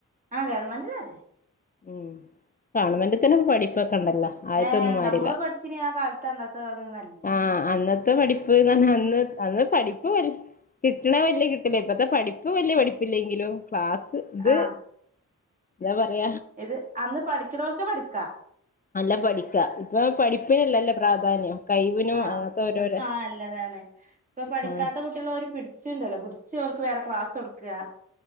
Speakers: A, on the right; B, on the left.
A: ആഹ് ഗവൺമന്റിലന്നെ
B: ഉം ഗവൺമെന്റിത്തന്നെ <unintelligible> പഠിപ്പൊക്കെ ഉണ്ടല്ലോ ആദ്യത്തൊന്നും
A: ഏഹ്
B: മാരില്ല
A: നമ്മള് പഠിച്ചിനി ആ കാലത്ത് അന്നത്ത നല്ല
B: ആ അന്നത്തെ പഠിപ്പ് <unintelligible> അന്ന് അന്ന് പഠി <unintelligible> കിട്ടണ വലിയ കിട്ടില്ല ഇപ്പത്തെ പഠിപ്പ് വലിയ പഠിപ്പില്ലെങ്കിലും ക്ലാസ് ഇത്
A: ആ
B: <unintelligible>
A: ഇത് അന്ന് പഠിക്കണവർക്ക് പഠിക്കാ
B: നല്ല പഠിക്കാ ഇപ്പൊ പഠിപ്പിനല്ലല്ലോ പ്രാധാന്യം കഴിവിനും
A: ആഹ്
B: അങ്ങനത്തെ ഓരോരോ
A: ആഹ് <unintelligible> ല്ലതാണ് ഇപ്പൊ പഠിക്കാത്ത
B: ആ
A: കു റ്റുള്ളവര് പിടിച്ചുണ്ടല്ലോ പിടിച്ച് അവർക്ക് വേറെ ക്ലാസ് കൊടുക്കുക.